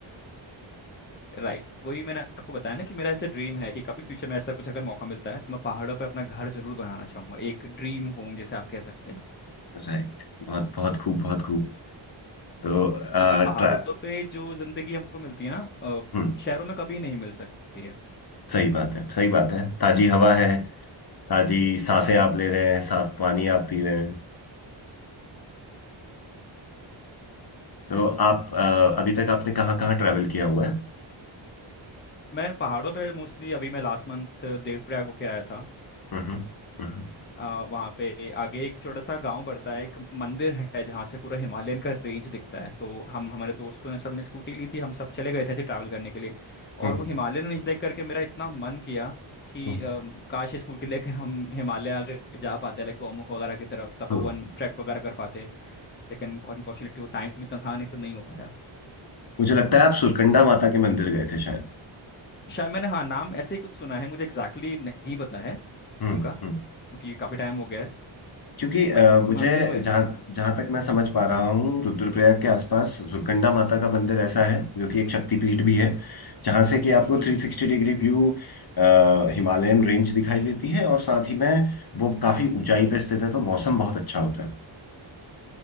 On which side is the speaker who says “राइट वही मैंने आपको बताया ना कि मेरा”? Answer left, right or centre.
Left